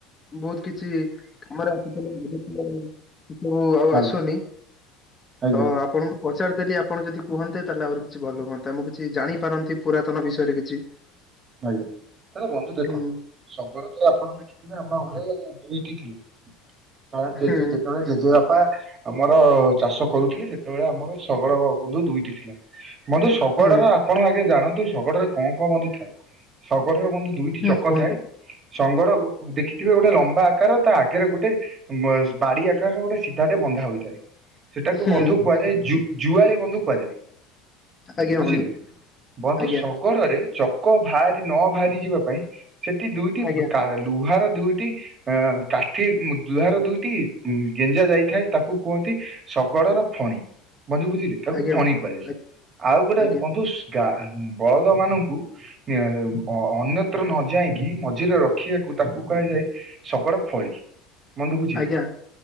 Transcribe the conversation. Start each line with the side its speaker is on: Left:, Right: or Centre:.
Left: ବହୁତ କିଛି କାମରେ <unintelligible> ସବୁ ଆଉ
Right: ଆଜ୍ଞା
Left: ଆସୁନି।
Right: ଆଜ୍ଞା।
Left: ତ ଆପଣଙ୍କୁ ପଚାରଦେଲି ଆପଣ ଯଦି କୁହନ୍ତେ ତାହେଲେ ଆହୁରି କିଛି ଭଲ ହୁଅନ୍ତା ମୁଁ କିଛି ଜାଣିପାରନ୍ତି। ପୁରାତନ ବିଷୟରେ କିଛି।
Right: ଆଜ୍ଞା ତାହେଲେ ବନ୍ଧୁ ଦେଖ।
Left: ହୁଁ
Right: ଶଗଡ ତ ଆପଣ ଦେଖିଥିବେ ଆମ ଘରେ ଦୁଇଟି କାରଣ ଜେଜେ
Left: ହୁଁ
Right: ଯେତେବେଳେ। ଜେଜେ ବାପା ଆମର ଚାଷ କରୁଥିଲେ ସେତେବେଳେ ଆମର ଶଗଡ ବନ୍ଧୁ ଦୁଇଟି ଥିଲେ। ବନ୍ଧୁ ଶଗଡ଼ରେ
Left: ହୁଁ
Right: ଆପଣ ଆଗେ ଜାଣନ୍ତୁ ଶଗଡରେ କଣ କଣ ବନ୍ଧୁ ଥାଏ। ଶଗଡ ରେ ବନ୍ଧୁ ଦୁଇଟି
Left: ହୁଁ
Right: ଚକ
Left: କୁହନ୍ତୁ
Right: ଥାଏ। ଶଗଡ କୁ ଦେଖିଥିବେ ଗୋଟେ ଲମ୍ବା ଆକାର ତା ଆଗରେ ଗୋଟେ। ବାଡ଼ି ଆକାର ଗୋଟେ ସିଧା ଟେ ବନ୍ଧା ହୋଇଥାଏ। ସେଟା କୁ
Left: ହୁଁ
Right: ବନ୍ଧୁ କୁହାଯାଏ ଜୁଆଳି ବନ୍ଧୁ କୁହାଯାଏ।
Left: ଆଜ୍ଞା
Right: ବୁଝିଲେ
Left: ବନ୍ଧୁ
Right: ବନ୍ଧୁ
Left: ଆଜ୍ଞା
Right: ଶଗର ରେ। ଚକ ବାହାରି ନ ବାହାରି ଯିବା ପାଇଁ ସେଠି ଦୁଇଟି
Left: ଆଜ୍ଞା
Right: ଲୁହାର ଦୁଇଟି କାଠି ଦୁହାର ଦୁଇଟି ଗେଞ୍ଜା ଯାଇଥାଏ ତାକୁ କୁହନ୍ତି। ଶଗଡର ଫଣୀ ବନ୍ଧୁ ବୁଝିଲେ। ତାକୁ
Left: ଆଜ୍ଞା
Right: ଫଣି କୁହାଯାଏ
Left: ଆଜ୍ଞା
Right: ଆଉ ଗୋଟେ
Left: ଆଜ୍ଞା
Right: ବନ୍ଧୁ ଗା ବଳଦ ମାନଙ୍କୁ। ଅନ୍ୟତ୍ର ନ ଯାଇକି ମଝିରେ ରଖିବାକୁ ତାକୁ କୁହାଯାଏ ଶଗଡ। ଫଳି ବନ୍ଧୁ ବୁଝିଲି
Left: ଆଜ୍ଞା